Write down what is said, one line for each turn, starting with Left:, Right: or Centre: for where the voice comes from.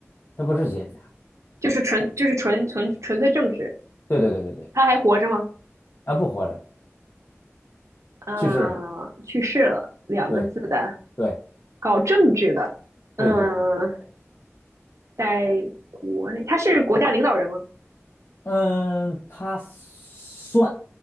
Left: 他不是企业家，
Right: 就是纯就是纯纯纯粹政治，
Left: 对对对对对，
Right: 他还活着吗？
Left: 啊，不活着，了，
Right: 呃，
Left: 去世了，
Right: 去世了，两个字的，
Left: 对对
Right: 搞政治的，嗯、
Left: 对对对对对，
Right: 在国内，他是国家领导人吗？
Left: 嗯，他算，